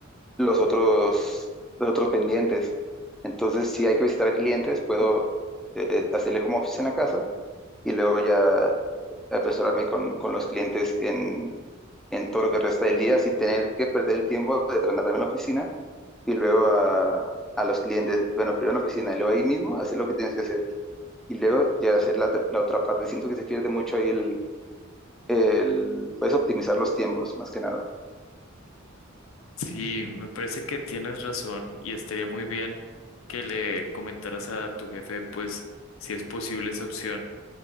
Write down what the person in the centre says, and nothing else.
los otros, los otros pendientes. Entonces, si hay que visitar a clientes, puedo eh, hacerle home office en la casa y luego ya apresurarme con, con los clientes en, en todo lo que resta del día sin tener que perder el tiempo de trasladarme a la oficina y luego a, a los clientes, bueno, primero en la oficina y luego ahí mismo hacer lo que tienes que hacer y luego ya hacer la, la otra parte. Siento que se pierde mucho ahí el, el puedes optimizar los tiempos, más que nada.